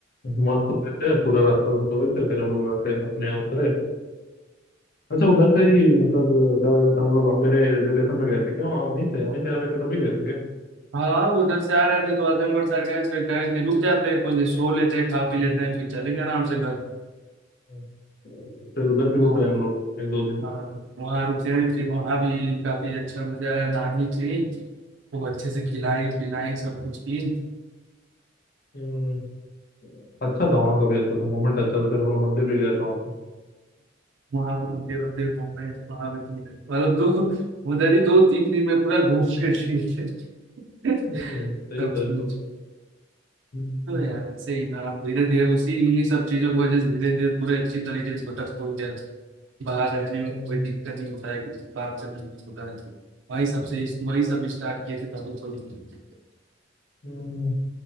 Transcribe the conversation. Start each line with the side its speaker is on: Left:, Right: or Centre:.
Left: मस्त सो रहे थे पूरा रास्ता भर सोए थे फिर हम लोग आके अपने यहाँ उतरे अच्छा उधर से ही मतलब क्या बोला जाता है, हम लोग हम मेरे रिलेशन में गए थे क्या वहाँ वहीं से वहीं से आ रहे थे तभी गए थे क्या
Right: हाँ वो उधर से आ रहे थे तो आजमगढ़ सर गए फिर कहे कि रुक जाते हैं कुछ सो लेते हैं खा पी लेते
Left: हम्म,
Right: हैं फिर चलेंगे आराम से घर
Left: हम्म। फिर उधर भी
Right: तो
Left: रुक गए हम लोग एक दो दिन
Right: हाँ वहाँ रुके हैं फिर वहाँ भी काफी अच्छा मजा आया नानी थी वो अच्छे
Left: हम्म,
Right: से खिलाई पिलाई सब कुछ की
Left: हम्म, अच्छा था वहाँ का भी अच्छा था मोमेंट अच्छा था फिर हम लोग मंदिर भी गए थे वहाँ पे
Right: वहाँ भी मंदिर वंदिर घूम रहे थे वहाँ भी घूम रहे थे। मतलब दो उधर ही दो तीन दिन में पूरा घूम फिर रहे थे <laughs>
Left: हम्म,
Right: सब
Left: सही था एकदम।
Right: कुछ
Left: हम्म,
Right: तो यार ऐसे ही ना अब धीरे धीरे उसी इन्हीं सब चीजों की वजह से धीरे धीरे पूरे अच्छी तरीके से भटक फूट गया बाहर रहने में
Left: हम्म,
Right: कोई दिक्कत नहीं होता है किसी से बात से नहीं होता है वही सबसे
Left: हम्म,
Right: वही सब स्टार्ट किए थे तभी थोड़ी चलो ठीक है
Left: हम्म,